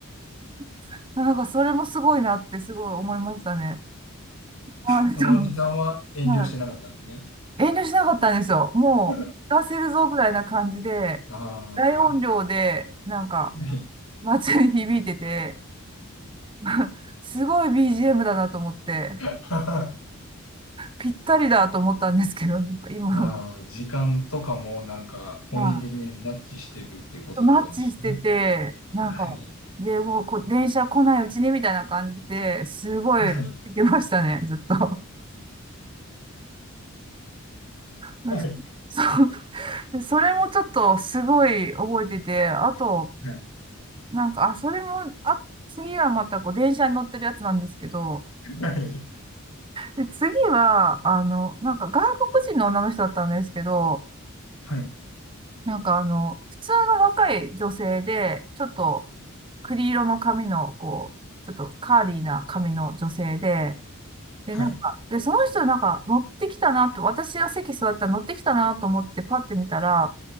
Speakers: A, on the right; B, on the left.
A: <laughs> なんかそれもすごいなってすごい思いましたね。あ、
B: そのおじさんは遠慮してなかったんですね。
A: ちょっと、はい。遠慮しなかったんですよ。もう、
B: <laughs>
A: 聞かせるぞぐらいな感じで、
B: あ
A: 大音量で、なんか、
B: あ、はい。
A: 街に響いてて、<laughs> すごい BGM だなと思って。
B: あ
A: ぴったりだと思ったんですけど、なんか今の、
B: あ、時間とかもなんか本人的にはマッチしてるっていうことだったんでしょうね。
A: まあ、マッチしてて、なんか、
B: はい。
A: でもうこう、電車来ないうちにみたいな感じで、すごい、
B: はい。
A: 行きましたね、ずっと。<laughs>
B: は
A: そう。それもちょっとすごい覚えてて、あと、
B: い。
A: なんか、あ、それも、あ、次はまたこう、電車に乗ってるやつなんですけど、
B: はい。
A: で、次は、あの、なんか外国人の女の人だったんですけど、
B: はい。
A: なんかあの、普通の若い女性で、ちょっと、栗色の髪の、こう、ちょっとカーリーな髪の女性で、
B: はい。
A: で、なんか、で、その人なんか乗ってきたなと、私が席座ったら乗ってきたなと思ってパッて見たら、